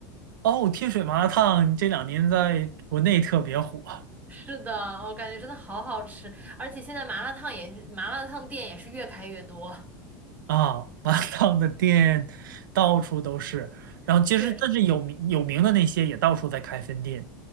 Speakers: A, on the right (about 80°); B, on the right (about 15°).
A: 哦，天水麻辣烫这两年在国内特别火。
B: 是的，我感觉真的好好吃，而且现在麻辣烫也是，麻辣烫店也是越开越多，
A: 啊，麻辣烫的店到处都是，然后其实但是有名有名的那些也到处在开分店，
B: 确实，